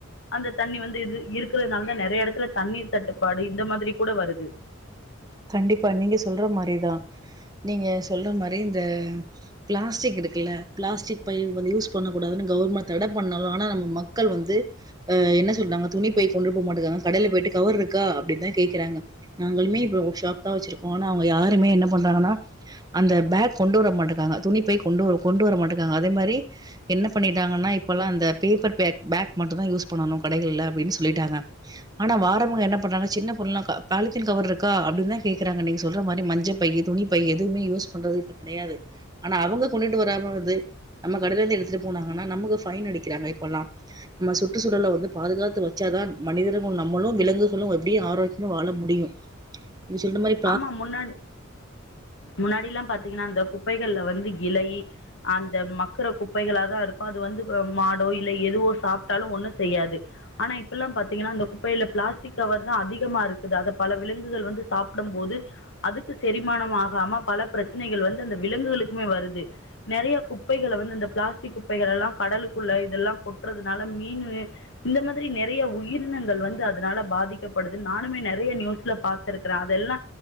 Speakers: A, on the left (about 60°); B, on the right (about 20°).
A: அந்த தண்ணி வந்து இது இருக்கிறதுனால தா நெறைய இடத்துல தண்ணீர் தட்டுப்பாடு இந்த மாதிரி கூட வருது
B: கண்டிப்பா நீங்க சொல்ற மாரிதா நீங்க சொல்ற மாரி இந்த பிளாஸ்டிக் இருக்குல்ல பிளாஸ்டிக் பை வந்து யூஸ் பண்ணக்கூடாதுன் கவுர்மெண்ட் தட பண்ணாலு ஆனா நம்ம மக்கள் வந்து ஆ என்ன சொல்றாங்க துணி பை கொண்டுரு போக மாட்டேங்குறாங்க கடையில போயிட்டு கவர் இருக்க அப்டின் தா கேக்குறாங்க நாங்களுமே இப்ப ஒர்க் ஷாப் தா வச்சிருக்கோ ஆனா அவுங்க யாருமே என்ன பண்றாங்கன்னா அந்த பேக் கொண்டு வர மாட்டேக்காங்க துணி பை கொண்டு வர கொண்டு வர மாட்டேக்காங்க அதே மாரி என்ன பண்ணிட்டாங்கன்னா இப்பல்லா அந்த பேப்பர் பேக் பேக் மட்டு தா யூஸ் பண்ணணு கடைகள்ல அப்டின் சொல்லிட்டாங்க ஆனா வாரவ்ங்க என்னப்பண்றாங்க சின்ன பொருள்னா க பாலித்தின் கவர்ருக்கா அப்டின்தா கேக்குறாங்க நீங்க சொல்ற மாரி மஞ்சப்பையு துணிப்பை எதுமே யூஸ் பண்றது இப்ப கெடையாது அனா அவுங்க கொண்டுட்டுவராம வந்து நம்ம கடைலேந்து எடுத்துட்டு போனாங்கன்னா நம்மக்கு ஃபைன்னு அடிக்கிறாங்க இப்பல்லா ம்ம சுற்றுச்சூழல்ல வந்து பாதுகாத்து வச்சாதா மனிதர்கள் நம்மளு விலங்குகளு எப்டி ஆரோக்கியமா வாழ முடியு நீ சொல்ர மாரி
A: ஆம்மா முன்னாடி முன்னாடில்லா பாத்தீங்கன்னா இந்த குப்பைகள்ல வந்து இலை அந்த மக்குற குப்பைகளாதா இருக்கு அது வந்து அ மாடோ இல்ல எதுவோ சாப் டாலு ஒண்ணுசெய்யாது ஆனா இப்பல்லா பாத்தீங்கனா அந்த குப்பைல பிளாஸ்டிக் கவர்தா அதிகமாருக்குது அத பல விலங்குகள் வந்து சாப் டும்போது அதுக்கு செரிமானம் ஆகாம பல பிரச்சனைகள் வந்துஅந்த விலங்குகளுக்குமே வருது நெறைய குப்பைகள வந்து இந்த பிளாஸ்டிக் குப்பைகலெல்லா கடலுக்குள்ள இதெல்லா கொட்டுறதுனால மீனு இந்த மாதிரி நெறைய உயிரினங்கள் வந்து அதுனால பாதிக்கப்படுது நானுமே நெறைய நியூஸ்ல பாத்துருக்குற இதெல்லா